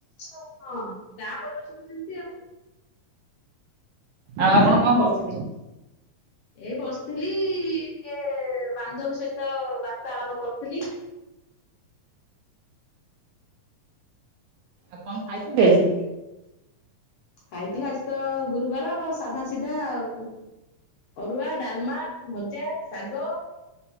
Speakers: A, on the left; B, on the right.
A: ହଁ ଗାଁ ବଛକୁୁ ସେମିତି ଆଉ
B: ଆଉ ଆପଣ କଣ କରୁଥିଲେ?
A: ଏ ବସିଥିଲି ଟିକେ ବାନ୍ଧବୀ ସହିତ ବାର୍ତାଳାପ କରୁଥିଲି।
B: ଆଉ କଣ ଖାଇଛ ଆଜି?
A: ଖାଇଥିଲା ଆଜି ତ ଗୁରୁବାର ସାଧା ସିଧା ଆଉ। ଅରୁଆ, ଡାଲମା, ଭଜା, ଶାଗ